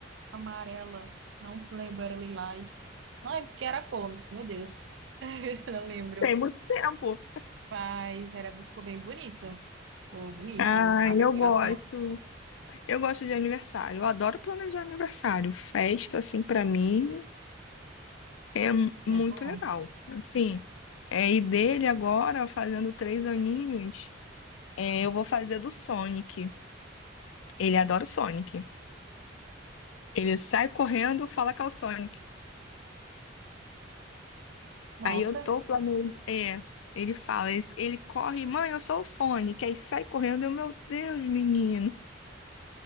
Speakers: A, on the right (about 65°); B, on the left (about 80°).
A: amarela, não se lembro, era lilás. Não é que era a cor, meu Deus. <laughs> Não lembro.
B: Tem muito tempo.
A: Mas era, ficou bem bonito. Ficou bonito
B: Ah,
A: a decoração.
B: eu gosto. Eu gosto de aniversário. Eu adoro planejar aniversário. Festa, assim, pra mim é mu-
A: É
B: muito
A: bom.
B: legal. Assim, é, e dele agora, fazendo três aninhos, é, eu vou fazer do Sonic. Ele adora o Sonic. Ele sai correndo, fala que é o Sonic.
A: Nossa,
B: Aí eu tô planejando. É, ele fala, ele ele corre, mãe, eu sou o Sonic. Aí sai correndo, eu, meu Deus, menino.